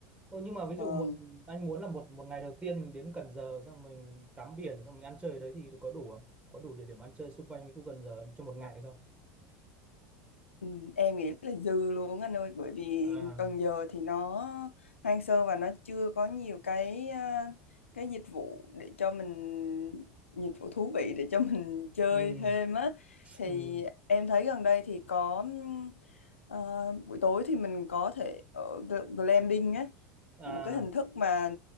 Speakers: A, on the right; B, on the left.
A: Ồ, nhưng mà ví
B: Vâng,
A: dụ một anh muốn là một một ngày đầu tiên mình đến Cần Giờ xong mình tắm biển xong mình ăn chơi ở đấy thì có đủ không? Có đủ địa điểm ăn chơi xung quanh cái khu Cần Giờ cho một ngày không?
B: Ừ, em nghĩ là dư luôn anh ơi bởi vì
A: À,
B: Cần Giờ thì nó hoang sơ và nó chưa có nhiều cái à, cái dịch vụ để cho mình dịch vụ thú vị để cho mình <laughs> chơi
A: ừ,
B: thêm á thì
A: ừ,
B: em thấy gần đây thì có ừm, à, buổi tối thì mình có thể ở gl- glamping á
A: à,
B: một cái hình thức mà